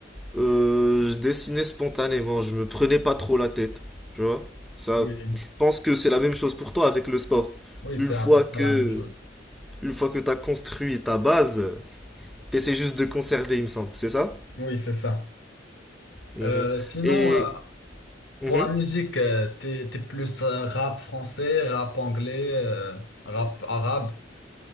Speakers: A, in the centre; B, on the left.
A: euh, je dessinais spontanément. Je me prenais pas trop la tête. Tu vois? Ça,
B: Oui.
A: je pense que c'est la même chose pour toi avec le sport.
B: Oui, c'est
A: Une
B: à
A: fois
B: peu près
A: que,
B: la même chose.
A: une fois que tu as construit ta base, tu essaies juste de conserver, il me semble. C'est ça?
B: Oui, c'est ça.
A: Mhm.
B: Euh, sinon,
A: Et.
B: euh,
A: mhm.
B: pour la musique, euh, t'es, t'es plus euh, rap français, rap anglais, euh, rap arabe.